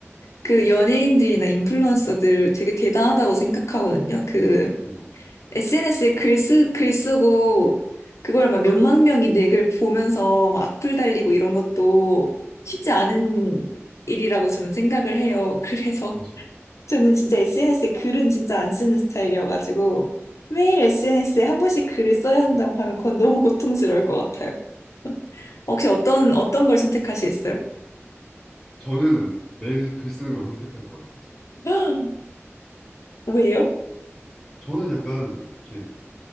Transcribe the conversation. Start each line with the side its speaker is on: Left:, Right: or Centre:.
Left: 그 연예인들이나 인플루언서들 되게 대단하다고 생각하거든요. 그
Centre: 정말
Left: SNS에 글 쓰, 글 쓰고 그걸 막 몇만 명이 내 글 보면서 막 악플 달리고 이런 것도 쉽지 않은 일이라고 저는 생각을 해요. <laughs> 그래서
Centre: 맞아요.
Left: 저는 진짜 SNS에 글은 진짜 안 쓰는 스타일이어가지고 매일 SNS에 한 번씩 글을 써야 한다고 하면 그건 너무 고통스러울 것 같아요. 혹시 어떤 어떤 걸 선택하시겠어요?
Centre: 저는 매일 글 쓰는 걸 선택할 것 같아요.
Left: <gasps> 왜요?
Centre: 저는 약간 이렇게